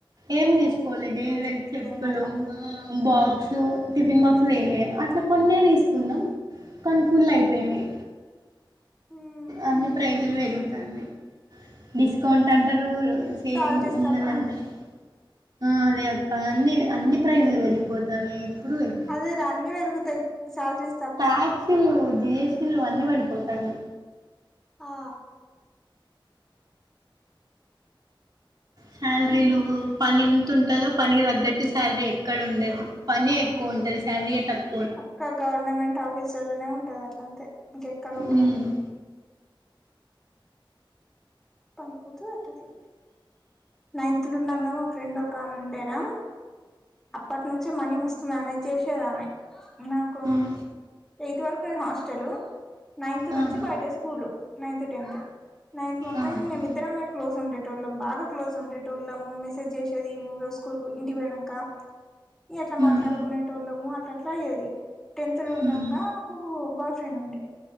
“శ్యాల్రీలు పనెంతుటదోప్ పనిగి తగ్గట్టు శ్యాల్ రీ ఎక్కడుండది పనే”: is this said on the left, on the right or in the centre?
Right